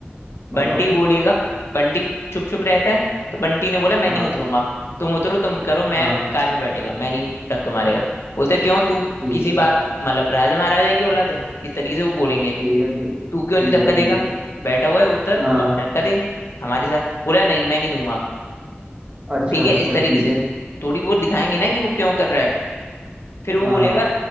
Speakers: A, on the left; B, on the right.
A: बंटी
B: बताओ
A: बोलेगा बंटी चुप चुप रहता है तो बंटी ने बोला मैं
B: हाँ
A: नहीं उतरूंगा तुम उतरो तुम करो मैं
B: हाँ
A: कार में बैठेगा मैं नहीं धक्का मारेगा बोलते क्यों तू
B: ठीक
A: किसी
B: है
A: बाप मतलब राजा महाराजा की औलाद है इस तरीके से वो बोलेंगे
B: ठीक है ठीक
A: तू क्यों
B: ठीक
A: नहीं धक्का
B: है
A: देगा
B: ठीक है
A: बैठा हुआ है उतर और
B: हाँ
A: धक्का दे हमारे साथ बोला नहीं मैं नहीं दूंगा
B: अच्छा
A: ठीक है
B: अच्छा
A: इस तरीके
B: ठीक
A: से
B: है
A: थोड़ी वो दिखाएंगे ना कि वो क्यों कर रहा है फिर वो
B: हाँ
A: बोलेगा